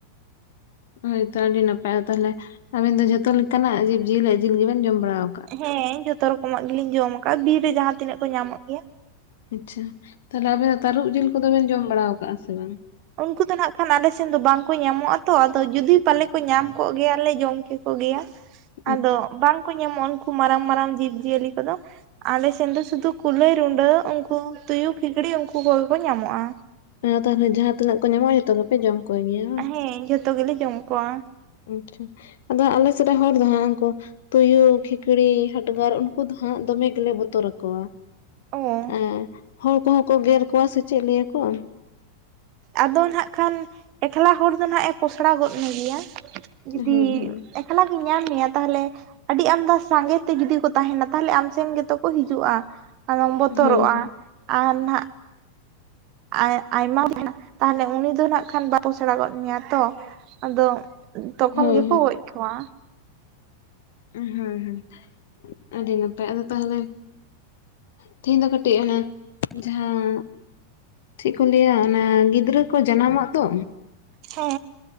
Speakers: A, on the left; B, on the right.
A: ᱦᱳᱭᱛᱚ ᱟᱹᱰᱤ ᱱᱟᱯᱟᱭᱟ ᱛᱟᱦᱚᱞᱮ ᱟᱵᱤᱱ ᱫᱚ ᱡᱷᱚᱛᱚ ᱞᱮᱠᱟᱱᱟᱜ ᱡᱤᱵᱽ ᱡᱤᱞ ᱡᱤᱞ ᱜᱮᱵᱮᱱ ᱡᱚᱢ ᱵᱟᱲᱟᱣ
B: ᱦᱮᱸ ᱡᱷᱚᱛᱚ ᱨᱚᱠᱚᱢᱟᱜ ᱜᱮᱞᱤᱧ ᱡᱚᱢ ᱟᱠᱟᱫ ᱵᱤᱨ ᱨᱮ ᱡᱟᱦᱟᱸ ᱛᱤᱱᱟᱹᱜ ᱠᱚ ᱧᱟᱢᱚᱜ ᱜᱮᱭᱟ
A: ᱟᱪᱪᱷᱟ, ᱛᱟᱦᱮᱞᱮ ᱟᱵᱮᱱ ᱫᱚ ᱛᱟᱹᱨᱩᱵ ᱡᱤᱞ ᱠᱚᱫᱚᱵᱮᱱ ᱡᱚᱢ ᱵᱟᱲᱟ ᱟᱠᱟᱛ ᱥᱮ ᱵᱟᱝ?
B: ᱩᱱᱠᱩ ᱫᱚ ᱱᱟᱜ-ᱠᱷᱟᱱ ᱟᱞᱮᱥᱮᱱ ᱫᱚ ᱵᱟᱝᱠᱚ ᱧᱟᱢᱚᱜᱼᱟ ᱛᱚ, ᱟᱫᱚ ᱡᱩᱫᱤ ᱯᱟᱞᱮ ᱠᱚ ᱧᱟᱢ ᱠᱚᱜ ᱜᱮᱭᱟᱞᱮ ᱡᱚᱢ ᱠᱮᱠᱚ ᱜᱮᱭᱟ᱾
A: <inaudible>
B: ᱟᱫᱚ ᱵᱟᱝᱠᱚ ᱧᱟᱢᱚᱜᱼᱟ ᱩᱱᱠᱩ ᱢᱟᱨᱟᱝ ᱢᱟᱨᱟᱝ ᱡᱤᱵᱽ ᱡᱤᱭᱟᱹᱞᱤ ᱠᱚᱫᱚ ᱟᱞᱮᱥᱮᱱ ᱫᱚ ᱥᱩᱫᱷᱩ ᱠᱩᱞᱟᱹᱭ, ᱨᱩᱰᱟᱹ ᱩᱱᱠᱩ ᱛᱩᱭᱩ, ᱠᱷᱤᱠᱲᱤ ᱩᱱᱠᱩ ᱠᱚᱜᱮ ᱠᱚ ᱧᱟᱢᱚᱜᱼᱟ᱾
A: ᱛᱟᱦᱚᱞᱮ ᱡᱟᱦᱟᱸ ᱛᱤᱱᱟᱹᱜ ᱠᱚ ᱧᱟᱢᱚᱜᱼᱟ ᱡᱚᱛᱚᱜᱮ ᱯᱮ ᱡᱚᱢ ᱠᱚᱜᱮ ᱜᱮᱭᱟ ᱵᱟᱝ
B: ᱦᱮᱸ ᱡᱷᱚᱛᱚ ᱜᱮᱞᱮ ᱡᱚᱢ ᱠᱚᱣᱟ
A: ᱟᱪᱪᱷᱟ ᱟᱫᱚ ᱟᱞᱮ ᱥᱮᱫ ᱨᱮ ᱦᱚᱲ ᱫᱚ ᱦᱟᱸᱜ ᱩᱱᱠᱩ ᱛᱩᱭᱩ, ᱠᱷᱤᱠᱲᱤ, ᱦᱟᱰᱜᱟᱨ ᱩᱱᱠᱩ ᱫᱚ ᱦᱟᱸᱜ ᱫᱚᱢᱮ ᱜᱮᱞᱮ ᱵᱚᱛᱚᱨ ᱟᱠᱚᱣᱟ᱾
B: ᱚ
A: ᱟᱨ ᱦᱚᱲ ᱠᱚᱦᱚᱸ ᱠᱚ ᱜᱮᱨ ᱠᱚᱣᱟ ᱥᱮ ᱪᱮᱫ ᱞᱟᱹᱭᱟᱠᱚ?
B: ᱟᱫᱚ ᱱᱟᱜ ᱠᱷᱟᱱ ᱮᱠᱞᱟ ᱦᱚᱲ ᱫᱚ ᱱᱟᱦᱮᱸ ᱡᱚᱥᱲᱟ ᱜᱚᱫ ᱢᱮ ᱜᱮᱭᱟ ᱡᱩᱫᱤ
A: ᱦᱳᱭ ᱦᱳᱭ
B: ᱮᱠᱞᱟᱜᱤᱧ ᱧᱟᱢ ᱢᱮᱭᱟ ᱛᱟᱦᱚᱞᱮ ᱟᱹᱰᱤ ᱟᱢᱫᱟ ᱥᱟᱸᱜᱮ ᱛᱮ ᱡᱩᱫᱤ ᱠᱚ ᱛᱟᱦᱮᱱᱟ ᱟᱢ ᱥᱮᱱ ᱜᱮᱛᱚ ᱠᱚ ᱦᱤᱡᱩᱜᱼᱟ᱾ ᱟᱢᱚᱢ ᱵᱚᱛᱚᱨᱚᱜᱼᱟ
A: ᱦᱳᱭ
B: ᱟᱨ ᱱᱟᱦᱟᱜ ᱟᱭ ᱟᱭᱢᱟ <unintelligible> ᱛᱟᱦᱚᱞᱮ ᱩᱱᱤ ᱫᱚ ᱱᱟᱜ ᱠᱷᱟᱱ ᱵᱟ ᱯᱚᱥᱬᱟ ᱜᱚᱫ ᱢᱮᱭᱟ ᱛᱚ ᱟᱫᱚ ᱛᱚᱠᱷᱚᱱ
A: ᱦᱳᱭ
B: ᱜᱮᱠᱚ ᱜᱚᱡ ᱠᱚᱣᱟ
A: ᱦᱩᱸ ᱦᱩᱸ ᱟᱹᱰᱤ ᱱᱟᱯᱟᱭ ᱟᱫᱚ ᱛᱟᱦᱞᱮ ᱛᱤᱦᱤᱧ ᱫᱚ ᱠᱟᱹᱴᱤᱡ ᱚᱱᱟ ᱡᱟᱦᱟᱸ ᱪᱮᱫ ᱠᱚ ᱞᱟᱹᱭᱟ ᱚᱱᱟ ᱜᱤᱫᱽᱨᱟᱹ ᱠᱚ ᱡᱟᱱᱟᱢᱚᱜ ᱫᱚ
B: ᱦᱚ